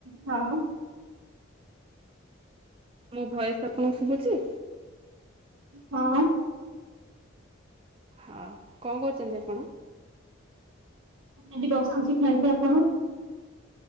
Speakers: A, on the right (about 80°); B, on the right (about 25°).
A: ହଁ
B: ମୋ ଭଏସ ଆପଣଙ୍କୁ ଶୁଭୁଛି?
A: ହଁ।
B: ହଉ କଣ କରୁଛନ୍ତି ଆପଣ?
A: ଏଠି ବସଛି ଖାଇକି, ଆପଣ?